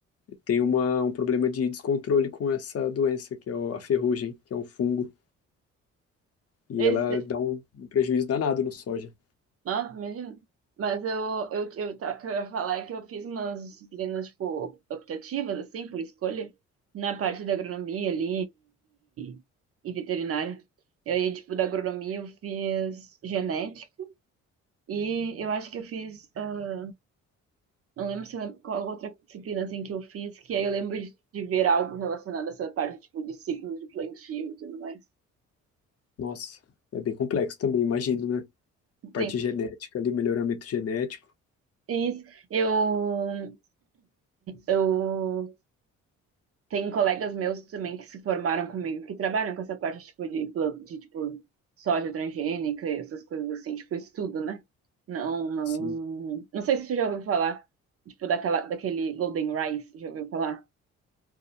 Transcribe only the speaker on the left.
tem uma, um problema de descontrole com essa doença, que é o- a ferrugem, que é um fungo, e
ela dá um um prejuízo danado no soja.
Nossa, é bem complexo também, imagino, né? parte
genética ali, melhoramento genético,
sim.